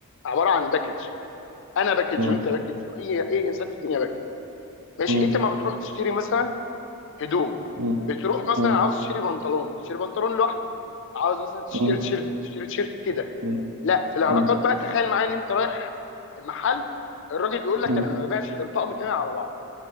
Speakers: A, on the left; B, on the right.
A: عباره عن باكج انا باكج
B: مم.
A: وانت باكج واي اي انسان في الدنيا باكج ماشي
B: مم.
A: انت ما بتروح تشتري مثلا هدوم
B: مم.
A: بتروح مثلا
B: مم.
A: عاوز تشتري بنطلون تشتري بنطلون لوحده عاوز مثلا تشتري
B: مم.
A: تيشيرت تشتري تيشيرت كده
B: مم.
A: لا في العلاقات
B: مم.
A: بقى تخيل معايا ان انت رايح محل الراجل بيقول لك
B: مم.
A: انا ما ببيعش غير طقم كامل على بعضه